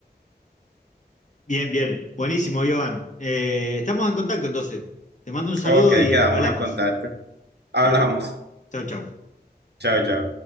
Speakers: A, on the left; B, on the right.
A: Bien, bien. Buenísimo, Joan. Eh, estamos en contacto entonces. Te mando un saludo
B: Ok,
A: y
B: quedamos
A: hablamos.
B: en contacto. Hablamos.
A: Dale. Chau, chau.
B: Chao, chao.